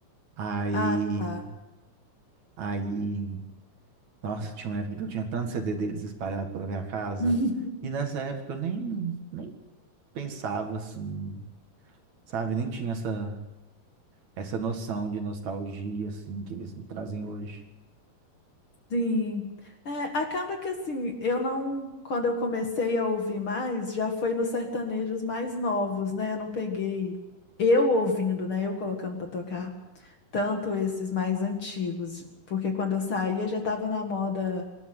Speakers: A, on the right (about 60°); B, on the left (about 45°).
A: Aí,
B: Ah, tá.
A: aí, nossa, tinha uma época que eu tinha tanto CD deles espalhado pela minha casa.
B: <laughs>
A: E nessa época eu nem, nem pensava assim, sabe? Nem tinha essa, essa noção de nostalgia assim que eles me trazem hoje.
B: Sim. É, acaba que assim, eu não, quando eu comecei a ouvir mais, já foi nos sertanejos mais novos, né? Eu não peguei eu ouvindo, né? Eu colocando pra tocar, tanto esses mais antigos, porque quando eu saía já tava na moda